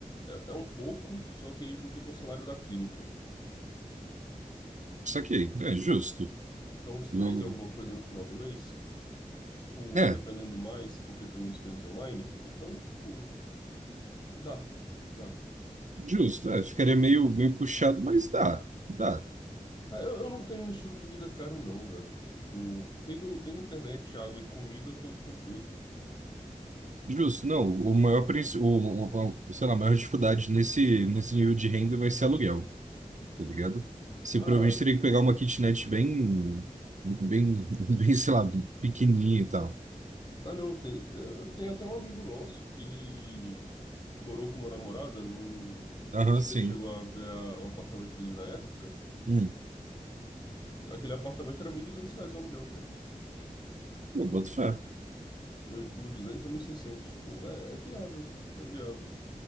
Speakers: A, on the left; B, on the right.
A: é, é é um pouco, só que aí junta com o salário da clínica.
B: Saquei. É, justo.
A: Dá uns
B: Eu-
A: 13 e alguma coisa no final do mês. Tipo,
B: É,
A: dependendo mais, porque tem uns clientes online. Então, tipo, dá. Dá.
B: justo. É, ficaria meio, meio puxado, mas dá. Dá.
A: Ah, Eu, eu não tenho um estilo de vida caro, não, velho. Tipo, tendo, tendo internet, água e comida, eu tô tranquilo.
B: Justo. Não, o maior, princ- o, o, o- sei lá, a maior dificuldade nesse, nesse nível de renda vai ser aluguel, tá ligado? Você
A: Ah,
B: provavelmente teria que pegar uma kitnet bem, bem, <laughs> bem, sei lá, pequenininha e tal.
A: ah não, tem, tem- eu tenho até um amigo nosso que ele morou com uma namorada. Não, não
B: Aham,
A: sei se
B: sim.
A: você chegou a ver a- o apartamento dele na época.
B: Hum.
A: Aquele apartamento era 1.200 reais o aluguel, cara.
B: Eu boto fé.
A: 1.200 ou 1.600. Tipo, é, é viável, é viável.